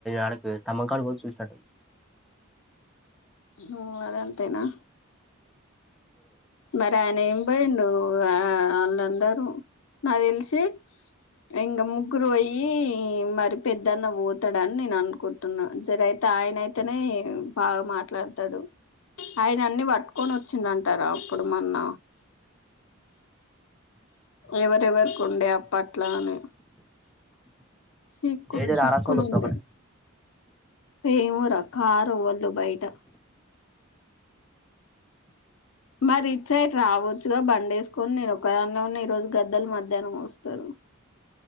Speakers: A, in the centre; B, on the left.
A: ఆడకి తమ్మకాడు కూడా చూసినట్టుంది
B: అ అదంతేనా మరి ఆయన ఏమి పోయిండు ఆ వాళ్ళందరూ నా తెలిసి ఇంగా ముగ్గురు అయ మరి పెద్దన్న పోతాడ అని నేను అనుకుంటున్నా జర అయితే ఆయనయితే అయితేనే బాగా మాట్లాడతాడు ఆయన అన్ని పట్టుకొని వచ్చిందింటారా మన్న ఎవరెవర్క ఉండే అప్పట్లాను చిక్కులు
A: ఏడి
B: చిక్కులు
A: రారాసోడు వస్తుంది
B: ఉండే
A: ఒకటి
B: ఏమో రా కారు ఎవరిదో బయట మరి ఇటు సైడ్ రావచ్చుగా బండి వేసుకొని నేను ఒకదానిలో ఉన్న ఈ రోజు గద్దలు మధ్యాహ్నం వస్తారు <inaudible>